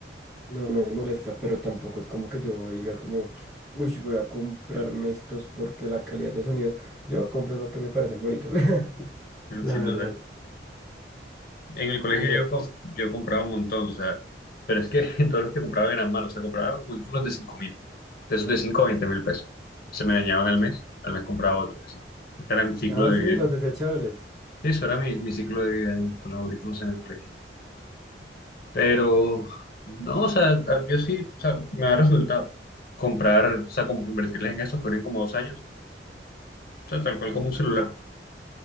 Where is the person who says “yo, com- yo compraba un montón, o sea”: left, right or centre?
Left